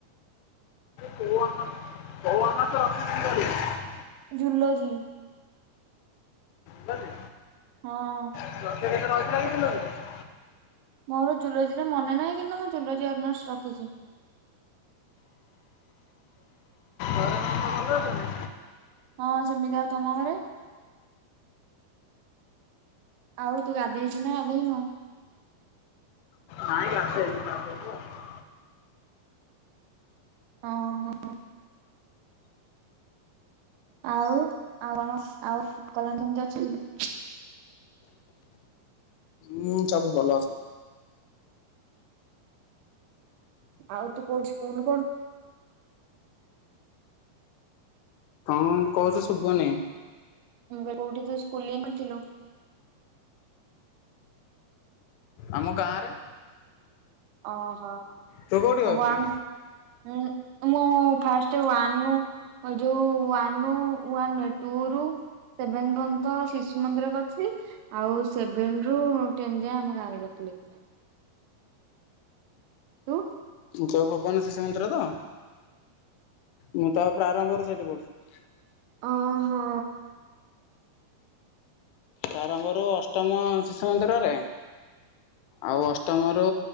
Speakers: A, on the left; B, on the right.
A: କଉ ଅନର୍ସ କଉ ଅନର୍ସ ରଖି <unintelligible>
B: ଜୁଲୋଜି।
A: ଜୁଲୋଜି?
B: ହଁ।
A: <unintelligible>
B: ମୋର ଜୁଲୋଜିରେ ମନେ ନାହିଁ କିନ୍ତୁ ମୁଁ ଜୁଲୋଜି ଅନର୍ଶ ରଖିଚି।
A: ଘରେ ସମସ୍ତେ ଭଲ ଅଛନ୍ତି?
B: ହଁ ସେମିତି- ଆଉ ତମ ଘରେ? ଆଉ ତୁ ଗାଧେଇଚୁ ନା ଗାଧେଇନୁ?
A: ନାଇଁ ଗାଧେଇନି ଗାଧେଇବି ଆଉ।
B: ହଁ -ହଁ। ଆଉ- ଆଉ କଣ ଆଉ <unintelligible> କେମିତି ଅଛି?
A: ହୁଁ ସବୁ ଭଲ ଅଛନ୍ତି।
B: ଆଉ ତୁ କଉଠି ସ୍କୁଲ୍ କରୁ
A: କଣ୍ କହୁଚୁ ଶୁବୁନି।
B: ହୁଁ ବ <unintelligible> କଉଠି ତୁ ସ୍କୁଲିଂ କରିଥିଲୁ।
A: ଆମ ଗାଁରେ।
B: ଓହୋ
A: ତୁ କୋଉଠି କରୁଥିଲୁ?
B: ୱାନ୍ ହୁଁ ମୁଁ ଫାଷ୍ଟେ ୱାନ୍ ରୁ ଯଉ ୱାନ୍ ରୁ ୱାନ୍ ନୁହେଁ ଟୁ ରୁ ସେଭେନ୍ ପର୍ଯ୍ୟନ୍ତ ଶିଶୁ ମନ୍ଦିରରେ କରିଥିଲି। ଆଉ ସେଭେନ୍ ରୁ ଟେନ୍ ଯାଏଁ ଆମ ଗାଁ ରେ କରିଥିଲି। ତୁ?
A: ଯଉ ଭୁବନ ଶିଶୁ ମନ୍ଦିର ତ ମୁଁ ତ ପ୍ରାରମ୍ଭରୁ ସେଇଠି ପଢୁଥିଲି।
B: ଅ- ହୋ।
A: ପ୍ରାରମ୍ଭରୁ ଅଷ୍ଟମ ଶିଶୁ ମନ୍ଦିରରେ
B: ଁ
A: ଆଉ ଅଷ୍ଟମରୁ